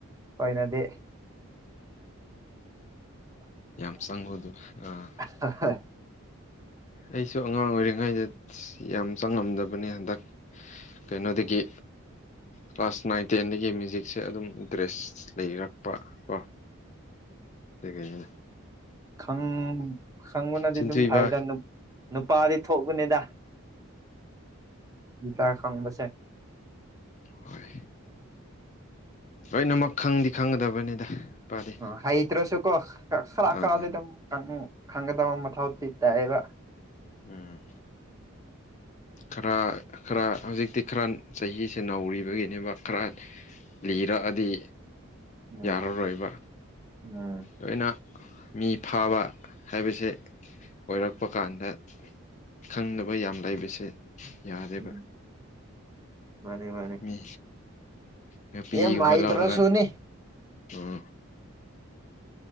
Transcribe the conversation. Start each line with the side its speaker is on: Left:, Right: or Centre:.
Right: ꯈꯣꯢꯅꯗꯤ
Left: ꯌꯥꯝ ꯆꯪꯕꯗꯣ ꯑꯥ
Right: <inaudible>
Left: ꯑꯩꯁꯨ ꯑꯉꯥꯡ ꯑꯣꯏꯔꯤꯉꯩꯗ ꯌꯥꯝ ꯆꯪꯉꯝꯗꯕꯅꯦ ꯍꯟꯗꯛ ꯀꯩꯅꯣꯗꯒꯤ
Right: <inaudible>
Left: ꯀ꯭ꯂꯥꯁ ꯅꯥꯏꯟꯇꯦꯟꯗꯒꯤ ꯃ꯭ꯌꯨꯖꯤꯛꯁꯦ ꯑꯗꯨꯝ ꯏꯟꯇꯔꯦꯁ ꯂꯩꯔꯛ ꯄꯥ ꯀꯣ UNINTELLIGIBLE
Right: ꯈꯪ ꯈꯪꯕꯅꯗꯤ
Left: ꯁꯤꯟꯊꯣꯏꯕ
Right: ꯑꯗꯨꯝ ꯐꯩꯗ ꯅꯨꯞ ꯅꯨꯄꯥꯗꯤ ꯊꯣꯛꯄꯅꯤꯗ ꯥꯒꯤꯇꯔ ꯈꯣꯡꯕꯁꯦ
Left: ꯍꯣꯌ ꯂꯣꯏꯅꯃꯛ ꯈꯪꯗ ꯈꯪꯒꯗꯕꯅꯤꯗ ꯏꯄꯥꯗꯤ
Right: ꯑꯣ ꯍꯩꯇ꯭ꯔꯁ ꯀꯣ ꯈꯔ-
Left: ꯑꯥ
Right: ꯈꯔꯗꯤ ꯑꯗꯨꯝ ꯇꯝ ꯈꯪꯒꯗꯕ ꯃꯊꯧ ꯗꯤ ꯇꯥꯢꯑꯦꯕ
Left: ꯎꯪꯝ ꯈꯔꯥ ꯈꯔꯥ ꯈꯔꯥ ꯍꯧꯖꯤꯛꯇꯤ ꯈꯔ ꯆꯍꯤꯁꯦ ꯅꯧꯔꯤꯕꯩꯅꯦꯕ ꯈꯔ ꯂꯤꯔꯛ ꯑꯗꯤ
Right: ꯎꯝ
Left: ꯌꯥꯔꯔꯣꯏꯕ
Right: ꯎꯝ
Left: ꯂꯣꯏꯅ ꯃꯤ ꯐꯥꯕ ꯍꯥꯏꯕꯁꯦ ꯑꯣꯏꯔꯛꯄ ꯀꯥꯟꯗ ꯈꯪꯅꯥꯕ ꯌꯥ ꯂꯩꯕꯁꯦ ꯌꯥꯔꯦꯕ
Right: ꯎꯝ ꯃꯥꯅꯦ ꯃꯥꯅꯦ
Left: ꯃꯤ ꯅꯨꯄꯤꯒꯨꯝꯕꯂꯧꯔꯒ
Right: ꯌꯥꯝ ꯍꯩꯇ꯭ꯔꯁꯨꯅꯤ
Left: ꯑꯣꯡ